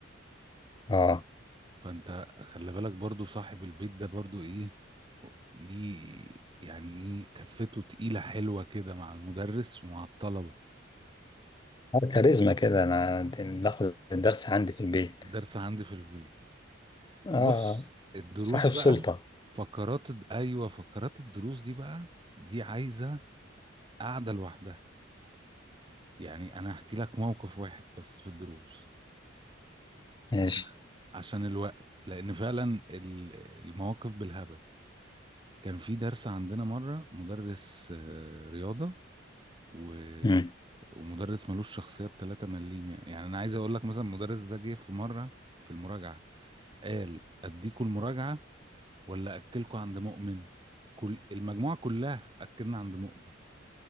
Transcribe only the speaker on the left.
اه
آه، كاريزما كده انا باخد الدرس عندي في البيت
اه
صاحب
سلطة
ماشي
مم.